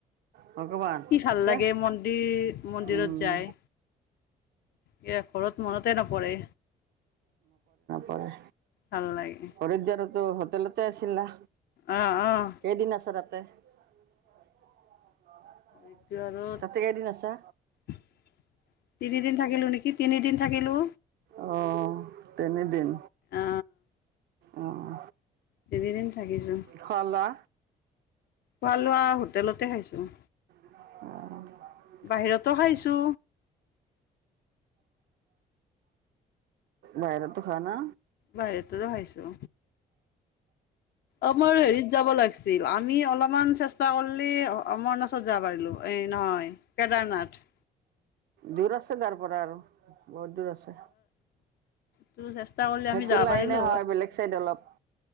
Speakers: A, on the right (about 65°); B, on the left (about 65°).
A: ভগৱান
B: কি ভাল
A: আছে
B: লাগে মন্দিৰ মন্দিৰত
A: উম
B: যায়। ই ঘৰত মনতে নপৰে
A: হয়
B: ভাল লাগে
A: হৰিদাৰতো হোটেলতে আছিলা।
B: আহ-আহ
A: কেইদিন <inaudible>
B: এইটো আৰু
A: তাতে কেইদিন আছা
B: তিনিদিন থাকিলো নেকি তিনিদিন থাকিলো।
A: আহ তেতিনিদিন
B: অ
A: আহ
B: তিনিদিন থাকিছো
A: খৱা লৱা
B: খোৱা লোৱা হোটেলতে খাইছো।
A: <inaudible>
B: বাহিৰতো খাইছো
A: বাহিৰতে খৱা না
B: বাহিৰতে খাইছোঁ আমাৰ হেৰিত যাব লাগছিল আমি অলপমান চেষ্টা কৰিল অমৰনাথত যাব পাৰিলো, এই নহয় কেদাৰনাথ
A: দূৰ আছে তাৰ পৰা আৰু বহুত দূৰ আছে।
B: তোৰ চেষ্টা কৰিলে
A: সেইটো
B: আমি যাব
A: লাইনে
B: পাৰিলো
A: হয়। বেলেগ চাইড অলপ